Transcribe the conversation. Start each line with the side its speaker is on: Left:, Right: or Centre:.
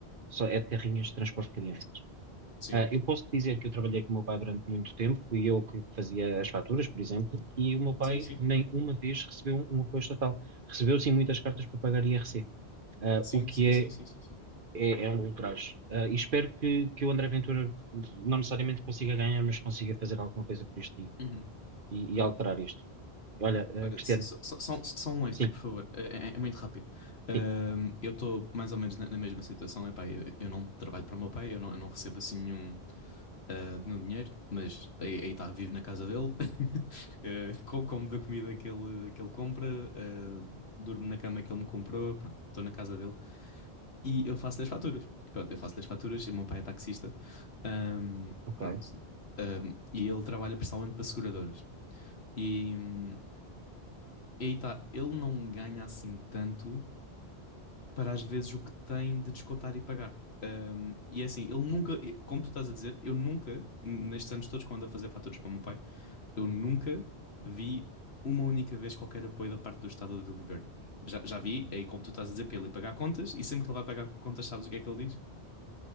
Right: só é de carrinhas de transporte de crianças.
Left: Sim,
Right: Ah, eu posso te dizer que eu trabalhei com o meu pai durante muito tempo, fui eu que fazia as faturas, por exemplo, e o meu pai
Left: sim, sim.
Right: nem uma vez recebeu um, um apoio estatal. Recebeu sim muitas cartas para pagar IRC, ah,
Left: Sim,
Right: o que
Left: sim, sim, sim, sim, sim.
Right: é, é, é um ultraje. Ah, e espero que, que o André Ventura não necessariamente consiga ganhar, mas consiga fazer alguma coisa por isto e,
Left: Uhum.
Right: e- e alterar isto. Olha, ah,
Left: Olha,
Right: Cristiano,
Left: s- s- só, só, só um extra,
Right: sim,
Left: por favor. É, é- é muito rápido. Ahm,
Right: sim,
Left: eu estou mais ou menos na, na mesma situação. Epá, eu, eu não trabalho para o meu pai, eu não, eu não recebo assim nenhum, ah, nenhum dinheiro, mas aí aí está, vivo na casa dele, <laughs> Eh, co- como da comida que ele, que ele compra, eh, durmo na cama que ele me comprou, pronto, estou na casa dele e eu faço-lhe as faturas. Pronto, eu faço-lhe as faturas, e o meu pai é taxista, Ahm,
Right: ok,
Left: pronto. Ahm, e ele trabalha principalmente para seguradoras. E. hum, e aí tá, ele não ganha assim tanto para às vezes o que tem de descontar e pagar. Ahm, e é assim, ele nunca, e- como tu estás a dizer, eu nunca, n- nestes anos todos que eu ando a fazer faturas para o meu pai, eu nunca vi uma única vez qualquer apoio da parte do Estado ou do governo. Já, já vi, é aí como tu estás a dizer, para ele ir pagar contas, e sempre que ele vai pagar contas, sabes o que é que ele diz?